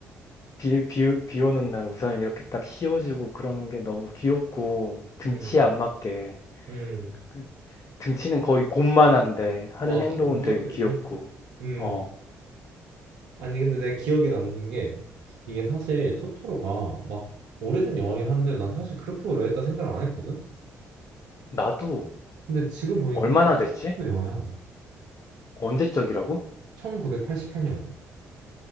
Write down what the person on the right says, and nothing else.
음.
음,
와,
곰보다
크지?
음,
아니, 근데 내 기억에 남는 게, 이게 사실 토토로가 막 오래된 영화긴 한데, 난 사실 그렇게 오래됐다 생각을 안 했거든?
근데 지금 보니까
80년도
영화야.
1988년.